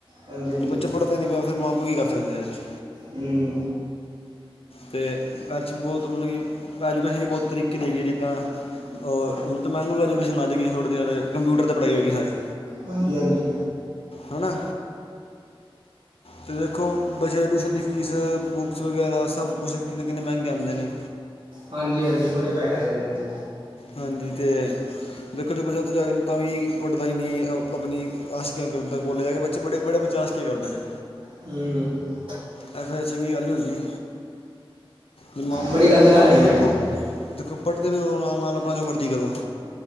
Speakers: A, on the right (about 80°); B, on the left (about 80°).
A: ਹਾਂਜੀ ਹਾਂਜੀ
B: ਬੱਚਾ ਪੜ੍ਹਦਾ ਨਹੀਂ ਪਿਆ, ਫਿਰ ਮਾਂ-ਪਿਓ ਕੀ ਕਰ ਸਕਦੇ ਨੇ, ਐ'ਚ।
A: ਹਮ
B: ਤੇ ਐ'ਚ ਬਹੁਤ ਮਤਲਬ ਕਿ, ਐਜੂਕੇਸ਼ਨ ਦੀ ਬੋਤ ਤਰੀਕੇ ਦੀ ਹੈਗੀ ਆ ਜਿੱਦਾਂ ਉਹ ਹੁਣ ਤਾਂ ਮੈਨੂੰ ਐਜੂਕੇਸ਼ਨ ਆਦੇਗੀ, ਥੋੜੇ ਦਿਨਾਂ ਤਕ, ਕੰਪਿਊਟਰ 'ਤੇ ਪੜ੍ਹਾਈ ਹੋਏਗੀ ਸਾਰੀ।
A: ਹਾਂਜੀ-ਹਾਂਜੀ।
B: ਹਣਾ। ਤੁਹੀ ਦੇਖੋ ਬਚ ਦੀ ਟਿਊਸ਼ਨ ਦੀ ਫੀਸ, ਬੁੱਕਸ ਵਗੈਰਾ ਸਭ ਕੁਛ ਕਿੰਨੇ ਕਿੰਨੇ ਮਹਿੰਗੇ ਆਉਂਦੇ ਨੇ
A: ਹਾਂਜੀ-ਹਾਂਜੀ, ਬੜੇ ਪੈਹੇ ਲੱਗ ਜਾਂਦੇ ਨੇ।
B: ਹਾਂਜੀ ਤੇ ਦੇਖੋ ਦੇਖੋ <unintelligible> ਆਸ਼ਕੀਆਂ ਕਕਰਨੀਆਂ ਕੋਲੇਜ ਜਾ ਕੇ ਬੱਚ ਬੜੇ ਬੜੇ <unintelligible> ਕਿ ਕਰਦੇ ਨੇ
A: ਹੂੰ
B: ਐ ਫੇਰ ਚੰਗੀ ਗੱਲ ਨਹੀਂ ਹੁੰਦੀ ਦਿਮਾਗ ਤੁਹਾਡੇ
A: ਬੜੀ ਗਲਤ
B: ਨੇ ਤੇ
A: ਗੱਲ
B: ਪੜ੍ਹੋ
A: ਹੈਗੀ
B: ਦੇਖੋ
A: ਯਾਰ
B: ਦੇਖੋ ਪੜ੍ਹਦੇ ਵੀ ਰਹੋ ਨਾਲ ਨਾਲ ਆਪਣਾ ਜੋ ਮਰਜ਼ੀ ਕਰੋ